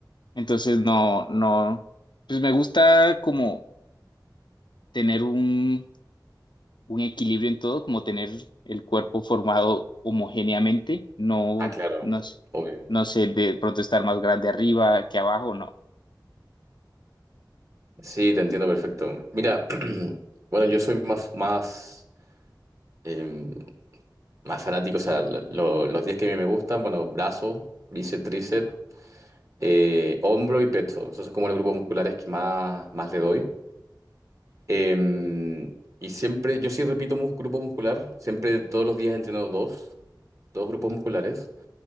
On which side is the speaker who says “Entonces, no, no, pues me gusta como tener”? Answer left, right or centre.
Left